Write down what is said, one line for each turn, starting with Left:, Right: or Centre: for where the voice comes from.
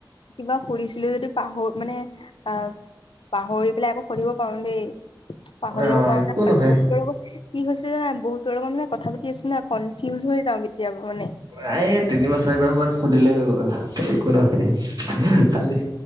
Left: কিবা কৰিছিলে যদি পাহৰ মানে আহ পাহৰি পেলাই আকৌ সুধিব পাৰো দেই পাহৰি
Right: অ',
Left: যাব পাৰো
Right: একো
Left: ন
Right: নহয়।
Left: কি হৈছে জানা বহুতৰ লগত মানে কথা পাতি আছো ন কনফিউজ হৈ যাওঁ কেতিয়াবা মানে।
Right: এই তিনিবাৰ চাৰিবাৰ মান সুধিলে হৈ গ'ল একো নহয়। খালি